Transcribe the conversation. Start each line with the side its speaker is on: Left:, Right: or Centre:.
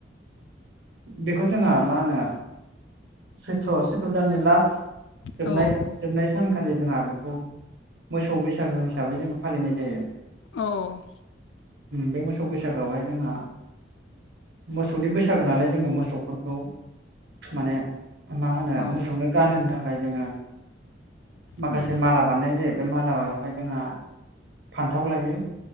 Right: बेखौ जोंहा मा होनो सैत्र सैथ्र दाननि लास्ट जोबनाय
Left: औ औ
Right: जोबनाय सानखालि जोंहा बेखौ मोसौ बैसागो हिसाबै जोङो फालिनाय जायो।
Left: औ।
Right: बे मोसौ बैसागोआवहाय जोंहा मोसौनि बैसाग होनालाय जोंङो मोसौफोरखौ माने मा होनो
Left: औ
Right: मोसौनो गानहोनो थाखाय जोंङो माखासे
Left: उम
Right: माला बान्नाय जायो बे माालायावहाय जोंहा फान्थाव लायो